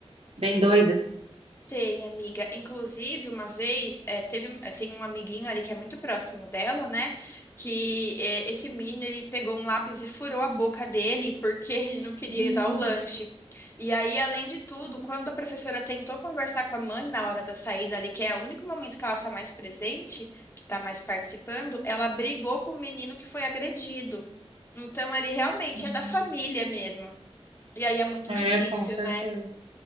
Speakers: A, on the right (about 70°); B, on the left (about 25°).
A: bem doidas.
B: Tem, amiga. Inclusive, uma vez, é, teve, é, tem um amiguinho ali que é muito próximo dela, né? Que é, esse menino, ele pegou um lápis e furou a boca dele porque <laughs> ele não queria
A: Hum,
B: dar o lanche. E aí, além de tudo, quando a professora tentou conversar com a mãe na hora da saída ali, que é o único momento que ela tá mais presente, que tá mais participando, ela brigou com o menino que foi agredido. Então, ele realmente
A: hum.
B: é da família mesmo. E aí é muito
A: É,
B: difícil,
A: com certeza.
B: né?